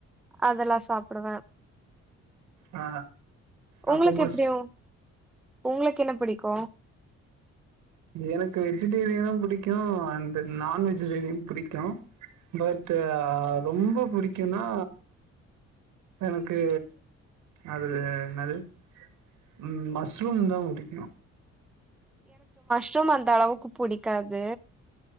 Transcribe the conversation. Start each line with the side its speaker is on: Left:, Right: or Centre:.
Centre: அதெல்லாம் சாப்பிடுவேன்
Right: ஆ
Centre: உங்களுக்கு
Right: அப்போ மஸ்
Centre: எப்படியும் உங்களுக்கு என்ன பிடிக்கும் கோ
Right: எனக்கு வெஜிடேரியனு பிடிக்கு அட் நான் வெஜிடேரியனு பிடிக்கு பட் ரொம்ப புடிக்கும்னா எனக்கு அது என்னது உ மஸ்ரூம் தா புடிக்கு
Centre: ற்றும் அந்த அளவுக்கு புடிக்கு அது